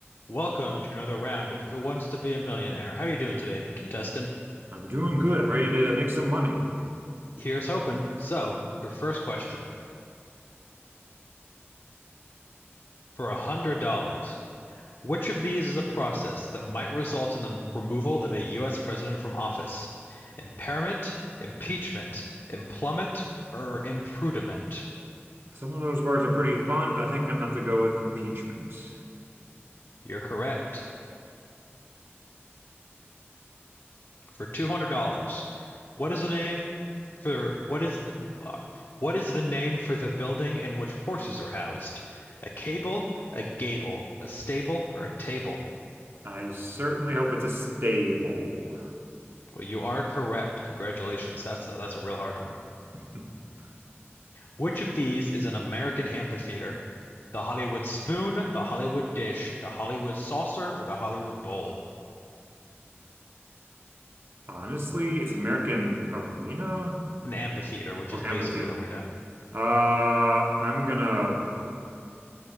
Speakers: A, on the left; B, on the right.
A: Welcome to another round of Who Wants to Be a Millionaire? How are you doing today, contestant?
B: I'm doing good. I'm ready to make some money.
A: Here's hoping. So, your first question for a hundred dollars. Which of these is a process that might result in the removal of a U.S. president from office? Impairment, impeachment, implummit, or imprudiment?
B: Some of those words are pretty fun, but I think I'm gonna have to go with impeachment.
A: You're correct. for $200. What is the name for what is the, uh, what is the name for the building in which horses are housed? A cable, a gable, a stable, or a table?
B: I certainly hope it's a stable.
A: Well, you are correct. Congratulations. That's a, that's a real hard one.
B: <laughs>
A: Which of these is an American amphitheater? The Hollywood spoon, the Hollywood dish, the Hollywood saucer, or the Hollywood bowl?
B: Honestly, it's an American arena?
A: An amphitheater, which
B: Oh,
A: is basically
B: amphitheater.
A: an arena.
B: Uh, I'm gonna.